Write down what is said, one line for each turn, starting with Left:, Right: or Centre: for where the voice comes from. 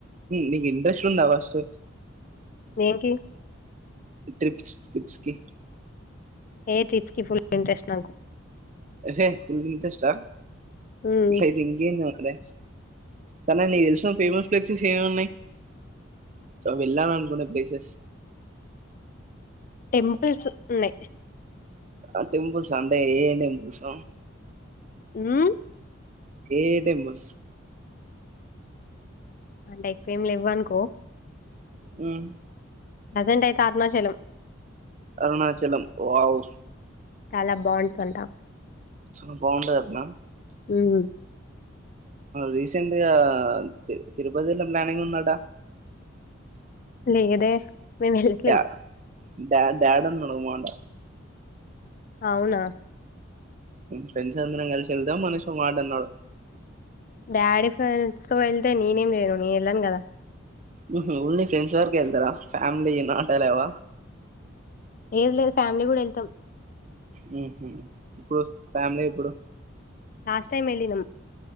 Right: నీకు ఇంట్రెస్ట్ ఉందా ఫస్ట్
Left: దే నికి
Right: ట్రిప్స్ ట్రిప్స్కి
Left: ఏ ట్రిప్ కి ఫుల్ ఇంట్రెస్ట్ నాకు
Right: ఏ హే ఫుల్ ఇంట్రస్ట్ ఆ
Left: హ్మ్.
Right: ఐతే ఇంకేంది మ రే సరే నీకు తెలిసిన ఫేమస్ ప్లేసెస్ ఏమున్నాయి సో వెళ్ళాలనుకునే ప్లేసెస్
Left: టెంపుల్స్ ఉన్నాయి
Right: ఆ టెంపుల్స్ అంటే ఏ టెంపుల్స్
Left: మ్మ్
Right: ఏ ఏ టెంపుల్స్
Left: అంటే ఎక్కువేం లెవ్ అనుకో
Right: మ్మ్
Left: ప్రజెంట్ అయితే ఆత్మాచలం
Right: అరుణాచలం వావ్
Left: చాలా బాగుంటుదంటా
Right: చాలా బాగుంటదంటనా
Left: మ్మ్
Right: రీసెంట్గా తి తిరుపతిలో ప్లానింగ్ ఉందట
Left: లేదే మేము వెళ్ళట్లేం.
Right: డా డాడాడన్న ఓ మాట
Left: అవునా
Right: ఫ్రెండ్స్ అందరం కలిసి వెళ్దాం మనిషో మాట అన్నాడు
Left: డాడీ ఫ్రెండ్స్ తో ఎళ్తే నేనేం చైను నేను వెళ్ళాను కదా
Right: మ్మ్ హ్ ఓన్లీ ఫ్రెండ్స్ వరకు వెళ్తారా ఫ్యామిలీ నాటలవ
Left: ఏది లేదు ఫ్యామిలీ కూడా వెళ్తాం
Right: మ్మ్ హ్ ఇప్పుడు ఫ్యామిలీ ఎప్పుడు
Left: లాస్ట్ టైమ్ ఎళ్ళినం